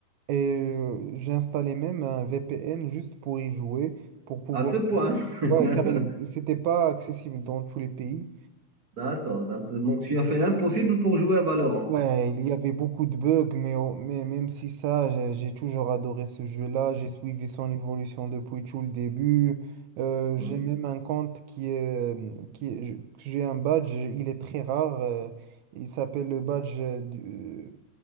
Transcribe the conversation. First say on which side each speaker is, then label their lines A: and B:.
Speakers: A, on the right; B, on the right.
A: et euh, j'ai installé même un VPN juste pour y jouer, pour pouvoir...
B: À ce point. <laughs>
A: Ouais, car il- c'était pas accessible dans tous les pays.
B: D'accord. Donc, donc, tu as fait l'impossible pour jouer à Valorant.
A: Ouais, il y avait beaucoup de bugs, mais, au- mais même si ça, j'ai j'ai toujours adoré ce jeu-là. J'ai suivi son évolution depuis tout le début. Euh, j'ai
B: Hmm.
A: même un compte qui est... euh, Qui est- je- j'ai un badge, il est très rare. euh, il s'appelle le badge euh, du... euh,